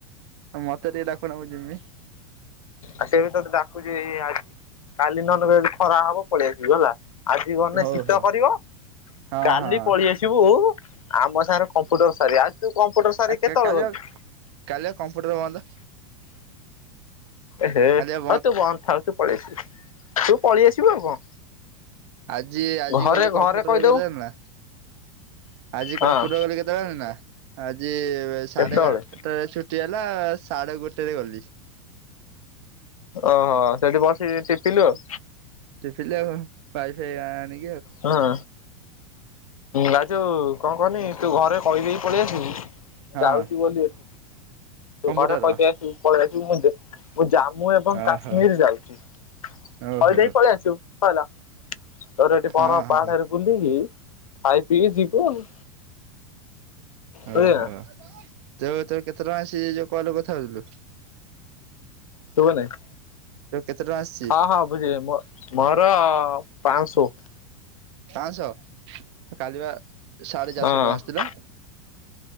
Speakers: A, on the right; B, on the left.
A: ଆଉ ମତ ଟିକେ ଡାକୁନ ମୁଁ ଯିମି।
B: ଆ ସେ ବି ତତେ ଡାକୁୁଛି ଆଇ କାଲି ନହେଲେ ଯଦି ଖରା ହବ ପଳେଇ ଆସିବୁ ହେଲା ଆଜି ଗନେ
A: ହଉ
B: ଶୀତ
A: ହଉ
B: କରିବ।
A: ହଁ
B: କାଲି
A: ହଁ
B: ପଳେଇ ଆସିବୁ ଆମ ସାଙ୍ଗରେ କମ୍ପୁଟର ସାରୀ ଆଜି ତୁ କମ୍ପୁଟର ସାରୀ କେତେବେଳେ
A: କା କାଲି
B: ଗଲୁ?
A: ବା କାଲି ବା କମ୍ପ୍ୟୁଟର ବନ୍ଦ
B: ଏହେ
A: କାଲି ବା
B: ହ ତୁ ବନ୍ଦ ଥାଉ ତୁ ପଳେଇ ଆସିବୁ। ତୁ ପଳେଇ ଆସିବୁ ଆଉ କଣ
A: ଆଜି ଆଜି
B: ଘରେ
A: ଗଲି କମ୍ପ୍ୟୁଟର
B: ଘରେ କହିଦବୁ
A: କେତେ ଜାଣିଲୁ ନା? ଆଜି
B: ହଁ
A: କମ୍ପୁଟର ଗଲି କେତେବେଳେ ଜାଲୁନା? ଆଜି ସାଢେ
B: କେତେବେଳେ
A: ବାରଟା ରେ ଛୁଟି ହେଲା ସେ ସାଢେ ଗୋଟେରେ ଗଲି।
B: ଓହୋ ସେଠି ବସିକ ଟିପିଲୁ ଆଉ
A: ଟିପିଲି ଆଉ ୱାଇଫାଇ ଆଣି
B: ହଁ ରାଜୁ କଣ କହନି ତୁ ଘରେ କହିଦେଇକି ପଳେଇ ଆସିବୁ
A: ହଁ
B: ଯାଉଛି ବୋଲି ତୁ
A: କମ୍ପ୍ୟୁଟର
B: ଘରେ କହିଦେଇ ଆସିବୁ ପଳେଇ ଆସିବୁ ମୁଁ ଦ ମୁଁ ଯାଉ ମୁଁ ଏବଂ
A: ଓହୋ
B: କାଶ୍ମୀର ଯାଉଛି କହି
A: ଓହୋ
B: ଦେଇ ପଳେଇ ଆସିବୁ ସଇଲା। ତୋର ଏଠି ବରଫ
A: ହଁ ହଁ।
B: ପାହାଡରେ ବୁଲି କି ଖାଇ ପିଇ କି ଯିବୁ ଆଉ।
A: ଓହୋ।
B: ବୁଝିଲୁ ନା
A: ତ ତୋ କେତେ ଟଙ୍କା ଆସିଚି ଯୋଉ କଲ୍ ରେ କଥା ହଉଥିଲୁ?
B: ଶୁଭୁ ନେଇ?
A: ତୋର କେତେ ଟଙ୍କା ଆସିଛି?
B: ହଁ ହଁ ବୁଜିଲି ମୋ ମୋର ପ୍ନାସୋ
A: ପାଁସ କାଲିିବା ସାଢେ ଚାରିଶହ
B: ହଁ
A: ଟଙ୍କା ଆସିଥିଲା।